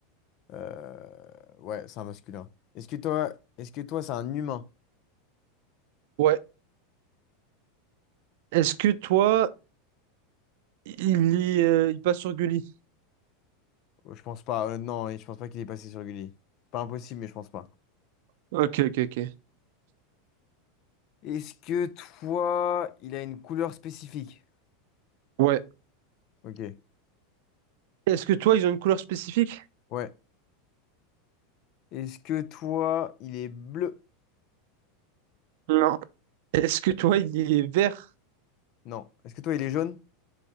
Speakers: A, on the left (about 50°); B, on the right (about 65°).
A: Euh, Ouais, c'est un masculin. Est-ce que toi, est-ce que toi, c'est un humain?
B: Ouais. Est-ce que toi, il, y, euh, il passe sur Gulli?
A: Oh, Je pense pas. Euh, non, et je pense pas qu'il est passé sur Gulli. Pas impossible, mais je pense pas.
B: Ok, ok, ok.
A: Est-ce que toi, il a une couleur spécifique?
B: Ouais.
A: Ok.
B: Est-ce que toi, ils ont une couleur spécifique?
A: Ouais. Est-ce que toi, il est bleu?
B: Non. Est-ce que toi, il est vert?
A: Non. Est-ce que toi, il est jaune?